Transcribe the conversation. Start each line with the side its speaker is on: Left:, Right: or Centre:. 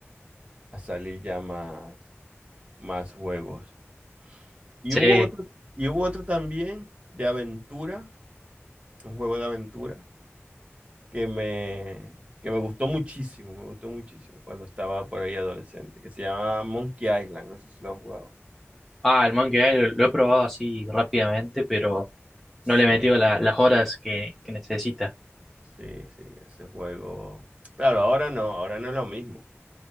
Right: a salir ya más, más juegos. Y
Centre: sí.
Right: hubo otro, y hubo otro también de aventura, un juego de aventura que me, que me gustó muchísimo, me gustó muchísimo cuando estaba por ahí adolescente, que se llama Monkey Island, no sé si lo has jugado.
Centre: Ah, el Monkey Island lo, lo he probado así rápidamente, pero
Right: Sí,
Centre: no le he metido la- las horas que, que necesita.
Right: sí, sí, ese juego. Claro, ahora no, ahora no es lo mismo.